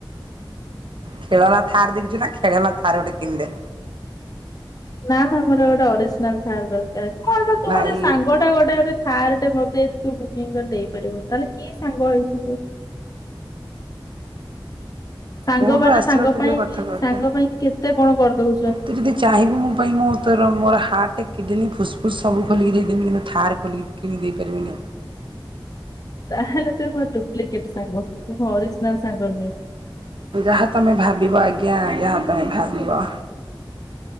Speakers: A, on the right; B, on the left.
A: ଖେଳନା ଥାରେ ଦେଖିଛୁ ନା ଖେଳନା ଥାରେ ଗୋଟେ କି କିଣି ଦେ।
B: ନା ନା ଗୋଟେ ଅରିଜିନାଲ ଥାର୍ ଦରକାର କଣ ବା ତୁ
A: ଭାଇ
B: ଗୋଟେ ସାଙ୍ଗଟା ଗୋଟେ ଗୋଟେ ଥାର ଟେ ମୋ ପାଇଁ ଦି ତୁ ବୁକିଂ କରି ଦେଇ ପାରିବୁ ତାହେଲେ କି ସାଙ୍ଗ ହେଇଛୁ ତୁ। ସାଙ୍ଗମାନେ
A: କୋଉଠୁ ଆସିବ
B: ସାଙ୍ଗ
A: ତୁ
B: ପାଇଁ
A: ଯୋଉ କଥା କହୁଛୁ।
B: ସାଙ୍ଗ ପାଇଁ କେତେ କଣ କରିଦଉଛ।
A: ତୁ ଯଦି ଚାହିଁବୁ ମୋ ପାଇଁ ମୁଁ ତୋର ମୋର ହାର୍ଟ କିଡ଼ନୀ ଫୁସ ଫୁସ୍ ସବୁ ଖୋଲିକି ଦେଇଦେବି କିନ୍ତୁ ଥାର ଖୋଲି କିଣିକି ଦେଇ ପାରିବିନି।
B: ତା ହେଲେ ତୁ ମ ଡୁପ୍ଲିକେଟ ସାଙ୍ଗ ତୁ ଓରିଜିନାଲ ସାଙ୍ଗ ନୁହେଁ।
A: ଯାହା ତମେ ଭାବିବ ଆଜ୍ଞା ଆଜ୍ଞା ଆଜ୍ଞା ଭାବିବ।